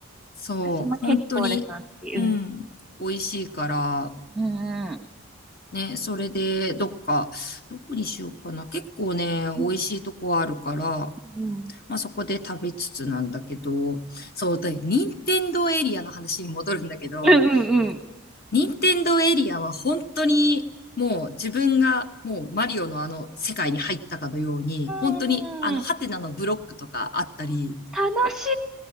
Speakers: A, on the left (about 45°); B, in the centre.
A: そう。
B: 私も結構レストラン好き。
A: 本当に、
B: うん、
A: うん。美味しいから、
B: うん、うん。
A: ね、それで、どっか、どこにしようかな。結構ね、
B: うん
A: 美味しいとこあるから、
B: うん
A: まあそこで食べつつなんだけど、そう、で、任天堂エリアの話に戻るんだけど、
B: うんうんうん。
A: 任天堂エリアは本当にもう自分がもうマリオのあの世界に入ったかのように、本当にあのハテナのブロックとかあったり、
B: うーん。楽しい。